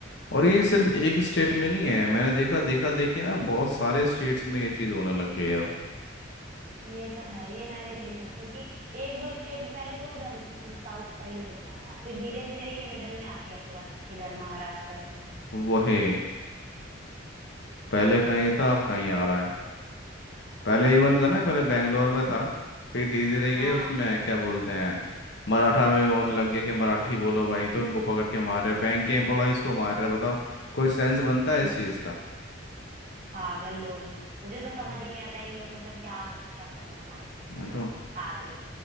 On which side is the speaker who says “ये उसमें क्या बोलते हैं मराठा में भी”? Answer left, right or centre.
Left